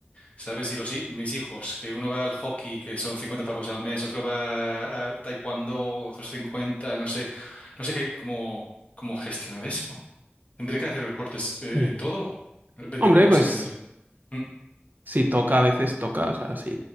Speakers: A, on the left (about 35°); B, on the right (about 50°).
A: ¿sabes? Y los, hi- mis hijos, que uno va al hockey, que son 50 pavos al mes, otro va a taekwondo, otros 50, no sé, no sé qué, cómo, cómo gestionar eso. Tendré que hacer recortes eh,
B: Mm.
A: en todo. Vender,
B: Hombre,
A: no
B: pues
A: sé, vender. Mm,
B: si toca, a veces toca. O sea, si,